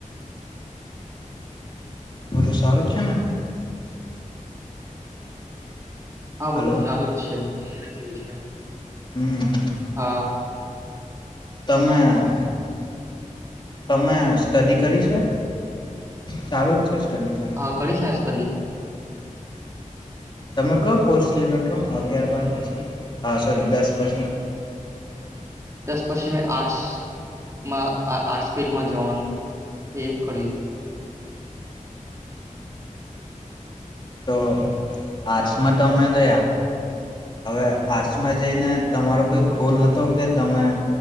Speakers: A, on the left (about 35°); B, on the right (about 20°).
A: બધું સારું છે ને
B: હા બોલું
A: હલો
B: સારું જ છે તૈવું છે
A: હમ
B: હા
A: તમે તમે સ્ટડી કરી છે ચાલુ જ છે સ્ટડી તમારી
B: હા કડી છેસ તી
A: તમે ક કોર્સ લ ડો તો અગિયાર બાર પછી હ સોરી દસ પછી
B: દસ પછી મેં આર્ટસમાં આર્ટસ ફિલ્ડમાં જવાનું એ કર્યું હતું
A: તો આર્ટ્સમાં ત અમે ગયા હવે આર્ટ્સમાં જઈને તમારો કઈ ગોલ હતો કે તમે